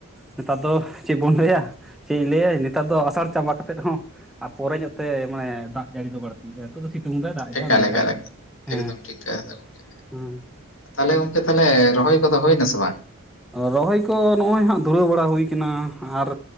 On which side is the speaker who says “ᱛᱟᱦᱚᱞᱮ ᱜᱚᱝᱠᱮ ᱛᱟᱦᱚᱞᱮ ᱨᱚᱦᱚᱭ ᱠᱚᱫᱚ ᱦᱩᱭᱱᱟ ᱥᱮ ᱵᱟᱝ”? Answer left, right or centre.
Left